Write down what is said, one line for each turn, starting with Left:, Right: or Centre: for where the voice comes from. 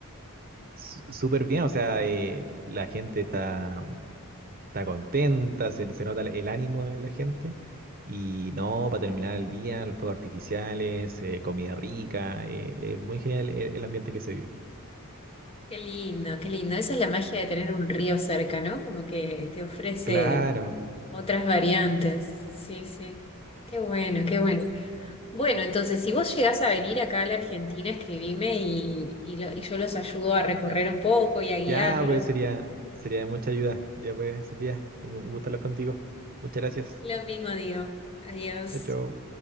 Right: Su- Súper bien, o sea, eh, la gente está, está contenta, se, se nota el el ánimo de la gente. Y no, para terminar el día, los fuegos artificiales, eh, comida rica, eh, es muy genial el, el ambiente que se vive.
Left: Qué lindo, qué lindo. Esa es la magia de tener un río cerca, ¿no? Como que te ofrece
Right: Claro,
Left: otras variantes. Sí, sí. Qué bueno, qué bueno. Bueno, entonces, si vos llegás a venir acá a la Argentina, escribime y, y lo- y yo los ayudo a recorrer un poco y a guiarlos.
Right: ya pues sería, sería de mucha ayuda. Ya pues, Sofía, un un gusto hablar contigo. Muchas gracias.
Left: Lo mismo digo. Adiós.
Right: Chao, chao.